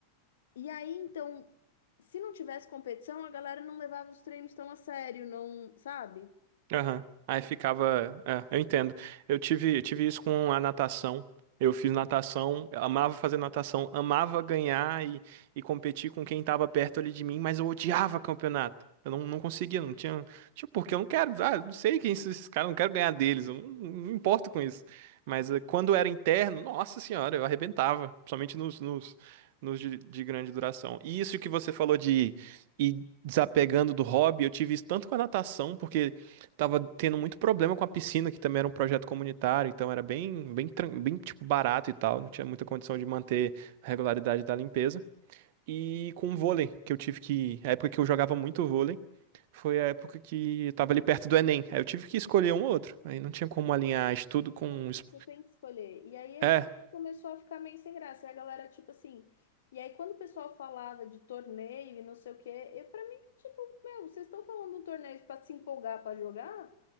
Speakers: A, on the left; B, on the right.
A: E aí, então, se não tivesse competição, a galera não levava os treinos tão a sério, não, sabe?
B: Aham. Aí ficava. É, eu entendo. Eu tive, eu tive isso com a natação. Eu fiz natação, amava fazer natação, amava ganhar e, e competir com quem tava perto ali de mim, mas eu odiava campeonato. Eu não, não conseguia, não tinha. Tipo, porque eu não quero. Ah, eu não sei quem são esses caras, eu não quero ganhar deles, eu não, não me importo com isso. Mas eh, quando era interno, nossa senhora, eu arrebentava, principalmente nos, nos, nos de, de grande duração. E isso que você falou de ir desapegando do hobby, eu tive isso tanto com a natação, porque tava tendo muito problema com a piscina, que também era um projeto comunitário, então era bem, bem, tran- bem tipo barato e tal, não tinha muita condição de manter a regularidade da limpeza. E com o vôlei, que eu tive que, a época que eu jogava muito vôlei, foi a época que eu tava ali perto do Enem. Aí eu tive que escolher um ou outro. Aí não tinha como alinhar estudo com es-
A: que você tem que escolher. E aí é
B: É.
A: pra- começou a ficar meio sem graça. E a galera, tipo assim. E aí, quando o pessoal falava de torneio e não sei o quê, eu, pra mim, tipo, meu, vocês estão falando de um torneio pra se empolgar pra jogar,